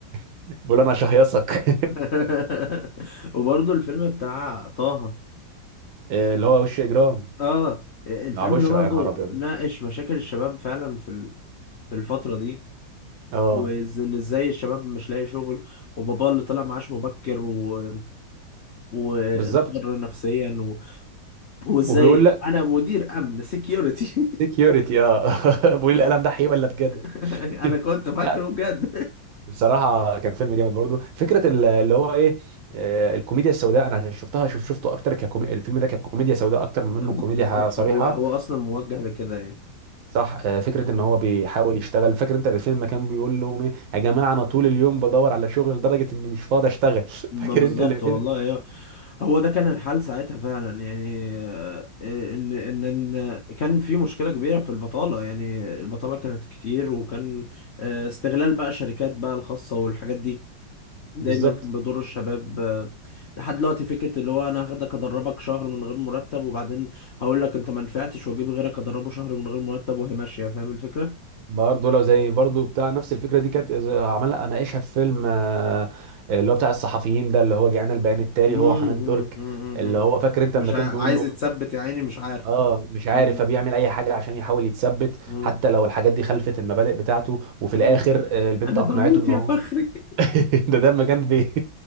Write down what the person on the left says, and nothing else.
<laughs> وبرضه الفيلم بتاع طه
اه الفيلم
ده برضه
ناقش مشاكل الشباب فعلا في ال- في الفترة دي
وان ازاي الشباب مش لاقي شغل وباباه اللي طلع معاش مبكر و... واضطر
نفسيا و... وازاي
انا مدير امن سكيورتي
<laughs> انا
كنت فاكره
بجد
بالظبط
هو هو اصلا موجه لكده يعني
مم.
ما
بالظبط
والله
هو هو ده كان الحال ساعتها فعلا يعني آه، ان ان ان كان في مشكله كبيره في البطاله يعني البطاله كانت كتير وكان آه، استغلال بقى الشركات بقى الخاصه والحاجات دي دايما
كان بيضر الشباب آه، لحد دلوقتي فكره اللي هو انا هاخدك ادربك شهر من غير مرتب وبعدين هقول لك انت ما نفعتش واجيب غيرك ادربه شهر من غير مرتب وهي ماشيه فاهم الفكره
امم
امم
امم
امم.
مش
ع-
عايز
يتثبت يا عيني مش عارف
امم
امم
امم.
انا
بموت
يا
فخري